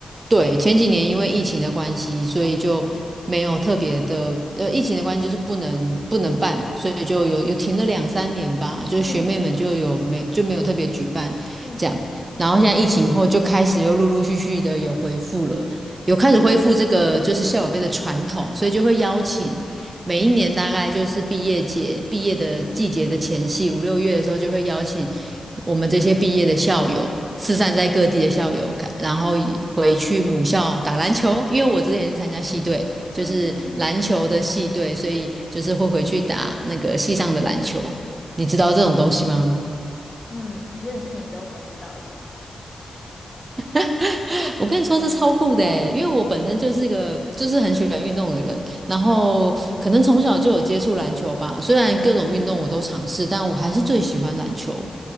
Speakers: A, on the right (about 40°); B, on the left (about 30°).
A: 对，前几年因为疫情的关系，所以就没有特别的，
B: 哦，
A: 呃，疫情的关系就是不能不能办，所以就有有停了两三年吧，就是学妹们就有没就没有特别举办这样，
B: 嗯嗯
A: 然后现在疫情后就开始又陆陆续续的有恢复了，有开始恢复这个就是校友杯的传统，所以就会邀请每一年大概就是毕业节、毕业的季节的前夕，五六月的时候就会邀请我们这些毕业的校友，四散在各地的校友，然后回去母校打篮球。因为我之前是参加系队，就是篮球的系队，
B: 嗯嗯，
A: 所以就是会回去打那个系上的篮球。你知道这种东西吗？
B: 嗯认识你之后才知道的。
A: <laughs> 我跟你说，这超酷的欸因为我本身就是一个就是很喜欢运动的人，然后可能从小就有接触篮球吧。虽然各种运动我都尝试，但我还是最喜欢篮球。